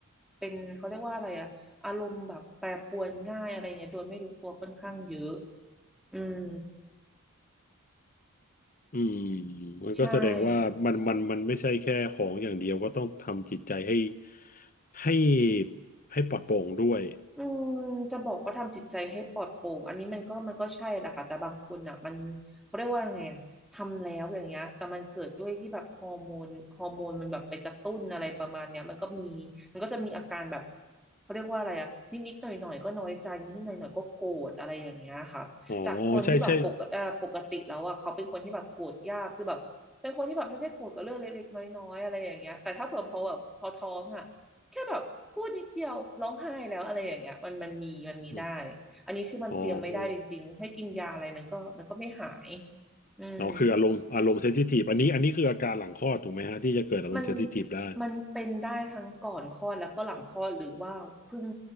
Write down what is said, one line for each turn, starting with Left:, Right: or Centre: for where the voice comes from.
Centre: เป็นเขาเรียกว่าอะไรอะอารมณ์แบบแปรปรวนง่ายอะไรเงี้ยโดยไม่รู้ตัวค่อนข้างเยอะอืม
Left: อืมมันก็แสดงว่ามันมันมันไม่ใช่แค่ของอย่างเดียวก็ต้องทำจิตใจให้
Centre: ใช่
Left: ให้ให้ปลอดโปร่งด้วย
Centre: อืมจะบอกว่าทำจิตใจให้ปลอดโปร่งอันนี้มันก็มันก็ใช่แหละค่ะแต่บางคนอ่ะมันเขาเรียกว่าไงอะทำแล้วอย่างเงี้ยแต่มันเกิดด้วยที่แบบฮอร์โมนฮอร์โมนมันแบบไปกระตุ้นอะไรประมาณเนี้ยมันก็มีมันก็จะมีอาการแบบเขาเรียกว่าอะไรอ่ะนิดๆหน่อยๆก็น้อยใจนิดๆหน่อยๆก็โกรธอะไรอย่างเงี้ยค่ะจากคนที่แบบปกเอ่อปกติแล้วอ่ะเขาเป็นคนที่แบบโกรธยากคือแบบเป็นคนที่แบบไม่ได้โกรธกับเรื่องเล็กๆน้อยๆอะไรอย่างเงี้ยแต่ถ้าเผื่อพอแบบพอท้องอ่ะ
Left: อ๋อใช่ใช่
Centre: แค่แบบพูดนิดเดียวร้องไห้แล้วอะไรอย่างเงี้ยมันมันมีมันมีได้
Left: อม
Centre: อันนี้คือมันเตรียมไม่ได้จริงๆให้กินยาอะไรมันก็มันก็ไม่หาย
Left: อ๋อ
Centre: อืม
Left: อ๋อคืออารมณ์อารมณ์เซนซิทีฟอันนี้อันนี้คืออาการหลังคลอดถูกไหมฮะที่จะเกิดอารมณ์เซนซิทีฟได้
Centre: มันมันเป็นได้ทั้งก่อนคลอดแล้วก็หลังคลอดหรือว่าเพิ่ง